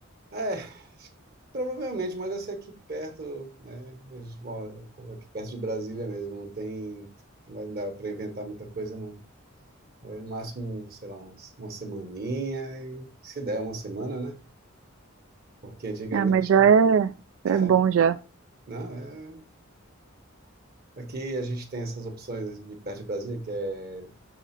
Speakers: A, on the right; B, on the right.
A: É, provavelmente, mas vai ser aqui perto, né? Eu moro Aqui perto de Brasília mesmo. Não tem, não vai dar para inventar muita coisa, não. Vai No máximo, sei lá, uns- uma semaninha, e se der uma semana, né? Porque antigamente.
B: Ah, mas já é,
A: É,
B: já é bom já.
A: não, é. Aqui a gente tem essas opções de perto de Brasília, que é